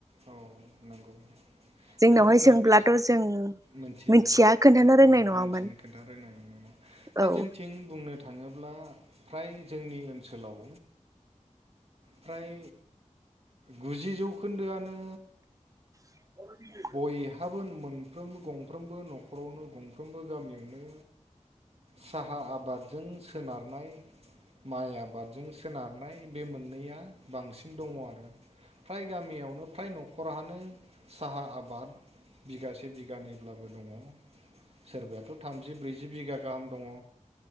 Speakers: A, on the right; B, on the right.
A: औ नंगौ।
B: जोंनावहाय
A: दा जोंना
B: सोंब्लाथ'
A: बि
B: जों
A: मोनथिया
B: मिथिया
A: औ
B: खोन्थानो रोंनाय नङामोन
A: मोनथिनो खोन्थानो रोंनाय नङा दा
B: औ
A: जोंथिं बुंनो थाङोब्ला फ्राय जोंनि ओनसोलाव फ्राय गुजि जौखोन्दोआनो
B: <inaudible>
A: बयहाबो मोनफ्रोमबो गंफ्रोमबो न'खरावनो गंफ्रोमबो गामियावनो साहा आबादजों सोनारनाय। माइ आबादजों सोनारनाय बे मोननैया बांसिन दङ आरो। फ्राय गामियावनो फ्राय न'खरानो साहा आबाद बिगासे बिगानैब्लाबो दङ। सोरबायाथ' थामजि ब्रैजि बिगा गाहाम दङ।